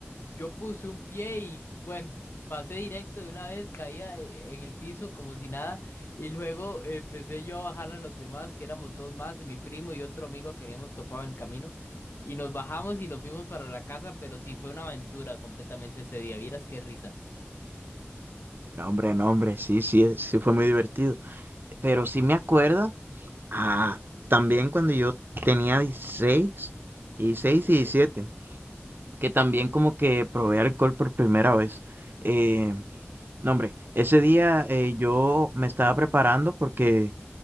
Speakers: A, on the left; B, on the right.
A: yo puse un pie y bueno, pasé directo de una vez, caía eh, en el piso como si nada y luego empecé yo a bajar a los demás, que éramos dos más, mi primo y otro amigo que habíamos topado en el camino y nos bajamos y nos fuimos para la casa, pero sí fue una aventura completamente ese día, vieras qué risa.
B: No, hombre, no, hombre, sí, sí, eh, sí fue muy divertido. Pero sí me acuerdo, ah, también cuando yo tenía dieciséis dieciséis y 17 que también como que probé alcohol por primera vez. Eh, no, hombre, ese día eh, yo me estaba preparando porque